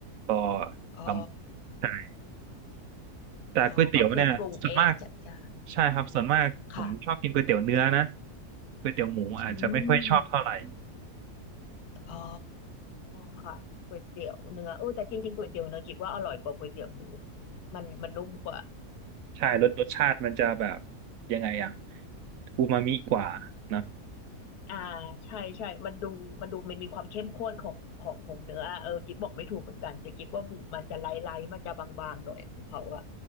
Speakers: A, on the right; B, on the left.
A: ก็
B: อ๋อ
A: ทำ แต่ก๋วยเตี๋ยวเนี่ยส่วนมาก
B: อ๋อก็คือปรุงเองจัดการ
A: ใช่ครับส่วนมากผมชอบกินก๋วยเตี๋ยวเนื้อนะ
B: ค่ะ
A: ก๋วยเตี๋ยวหมูอาจจะไม่ค่อยชอบเท่าไหร่
B: อืมอ๋อค่ะก๋วยเตี๋ยวเนื้อโอ้แต่จริงๆก๋วยเตี๋ยวเนื้อคิดว่าอร่อยกว่าก๋วยเตี๋ยวหมูมันมันนุ่มกว่า
A: ใช่รสรสชาติมันจะแบบ
B: เออ
A: ยังไงอะอูมามิกว่านะ
B: อ่าใช่ใช่มันดูมันดูมันมีความเข้มข้นของของของเนื้อเออกิ๊บบอกไม่ถูกเหมือนกันแต่กิ๊บว่าบุมันจะไล่ไล่มันจะบางๆหน่อยของเขาอะ